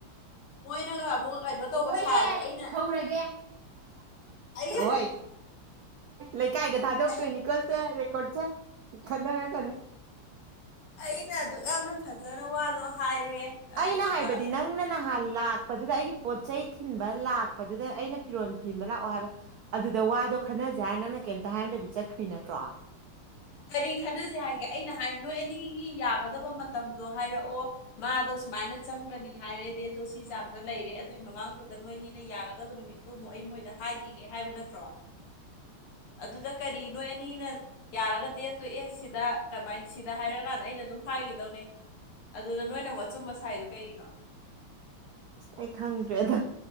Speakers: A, on the left (about 75°); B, on the right (about 80°).
A: ꯃꯣꯏꯅꯒ ꯑꯃꯨꯛ ꯀꯩꯅꯣ ꯇꯧꯕ
B: ꯍꯣꯏ
A: ꯁꯥꯔꯦ ꯑꯩꯅ
B: ꯍꯧꯔꯒꯦ
A: ꯑꯩ
B: ꯍꯣꯏ ꯂꯩꯀꯥꯏꯗ ꯊꯥꯗꯣꯛꯇꯣꯏꯅꯤꯀꯣ
A: ꯑꯩ
B: ꯁꯦ <unintelligible> ꯈꯔꯅꯔꯛꯀꯅꯨ
A: ꯑꯩꯅ ꯑꯗꯨꯛ ꯌꯥꯝꯅ ꯐꯖꯅ ꯋꯥꯗꯣ ꯍꯥꯏꯔꯦ ꯑꯗꯨꯗꯨꯒ
B: ꯑꯩꯅ ꯍꯥꯏꯕꯗꯤ ꯅꯪꯅ ꯂꯥꯛꯄꯗꯨꯗ ꯑꯩꯒꯤ ꯄꯣꯠ ꯆꯩ ꯊꯤꯟꯕ ꯂꯥꯛꯄꯗꯨꯗ ꯑꯩꯅ ꯐꯤꯔꯣꯜ ꯊꯤꯟꯕ ꯂꯥꯛꯑꯣ ꯍꯥꯏꯕ ꯑꯗꯨꯗ ꯋꯥꯗꯣ ꯈꯟꯅꯖꯦ ꯍꯥꯏꯔ ꯅꯪꯅ ꯀꯩꯝꯇ ꯍꯥꯏꯔꯝꯗꯕꯤ ꯆꯠꯈ꯭ꯔꯤ ꯅꯠꯇ꯭ꯔꯣ
A: ꯀꯔꯤ ꯈꯟꯅꯖꯦ ꯍꯥꯏꯒꯦ ꯑꯩꯅ ꯍꯥꯏ ꯅꯣꯏ ꯑꯅꯤꯒꯤ ꯌꯥꯒꯗꯕ ꯃꯇꯝꯗꯣ ꯍꯥꯏꯔꯛꯑꯣ ꯃꯥꯗꯣ ꯁꯨꯃꯥꯏꯅ ꯆꯪꯒꯅꯤ ꯍꯥꯏꯔꯦ ꯗꯦꯠꯇꯣ ꯁꯤ ꯆꯥ ꯂꯩꯔꯦ ꯑꯗꯨꯏ ꯃꯃꯥꯡꯗꯨꯗ ꯅꯣꯏꯅꯤꯅ ꯌꯥꯒꯗꯕ ꯅꯨꯃꯤꯠꯇꯨ ꯑꯃꯨꯛ ꯑꯩ ꯃꯣꯏꯗ ꯍꯥꯏꯒꯤꯒꯦ ꯍꯥꯏꯕ ꯅꯠꯇ꯭ꯔꯣ ꯑꯗꯨꯗ ꯀꯔꯤ ꯅꯣꯏ ꯑꯅꯤꯅ ꯌꯥꯔꯒ ꯗꯦꯠꯇꯨ ꯑꯦꯠ ꯁꯤꯗ ꯀꯃꯥꯏꯅ ꯁꯤꯗ ꯍꯥꯏꯔꯛꯑꯀꯥꯟꯗ ꯑꯩꯅ ꯑꯗꯨꯝ ꯍꯥꯏꯈꯤꯗꯧꯅꯦ ꯑꯗꯨꯗ ꯅꯣꯏꯅ ꯑꯃꯨꯛ ꯑꯆꯨꯝꯕ ꯁꯥꯏꯗꯣ ꯀꯩꯒꯤꯅꯣ
B: ꯑꯩ ꯈꯪꯗ꯭ꯔꯦ ꯑꯗꯣ